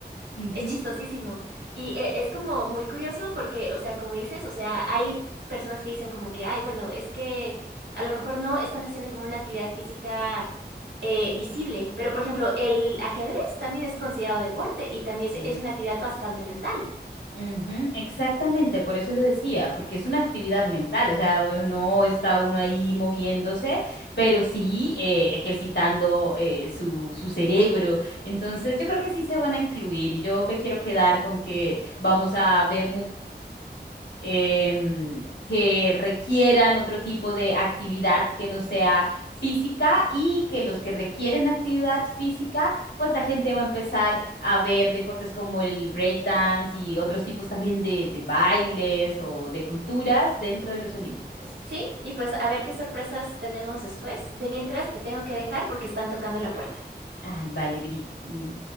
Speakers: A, on the left; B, on the right.
A: ujú.
B: Es chistosísimo. Y eh, es como muy curioso porque, o sea, como dices, o sea, hay personas que dicen como que, ay, bueno, es que a lo mejor no están haciendo como una actividad física eh, visible. Pero, por ejemplo, el ajedrez también es considerado deporte y también es
A: Sí.
B: es una actividad bastante mental.
A: Ujú, exactamente, por eso lo decía, porque es una actividad mental, o sea, no está uno ahí moviéndose, pero sí eh, ejercitando eh, su, su cerebro. Entonces, yo creo que sí se van a incluir y yo me quiero quedar con que vamos a ver em, que requieran otro tipo de actividad que no sea física y que los que requieren actividad física, pues la gente va a empezar a ver deportes como el breakdance y otros tipos también de, de bailes o de culturas dentro de los olímpicos.
B: Sí, y pues a ver qué sorpresas tenemos después. De mientras, te tengo que dejar porque están tocando la puerta.
A: Ay, vale, Viri. Mm.